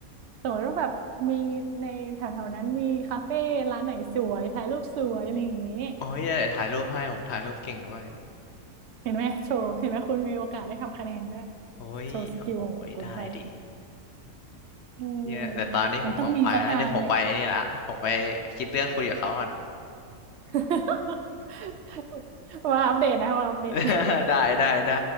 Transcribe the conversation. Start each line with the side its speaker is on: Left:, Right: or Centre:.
Right: สมมติว่าแบบมีในแถวๆนั้นมีคาเฟ่ร้านไหนสวยถ่ายรูปสวยอะไรอย่างนี้
Left: โอ้ยเดี๋ยวถ่ายรูปให้ผมถ่ายรูปเก่งด้วย
Right: เห็นไหมโชว์เห็นไหมคุณมีโอกาสได้ทำคะแนนด้วย
Left: โอ้ยโอ้โหได้ดิ
Right: โชว์สกิลของคุณไป เอืม
Left: เนี่ยแต่ตอนนี้ผมต้องไปแล้วเดี๋ยวผมไปไอ้นี่ละผมไป
Right: มันต้องมีสักทางเลย
Left: คิดเรื่องคุยกับเขาก่อน
Right: <laughs> มาอัปเดตนะมาอัปเดต
Left: <laughs> ได้ได้ได้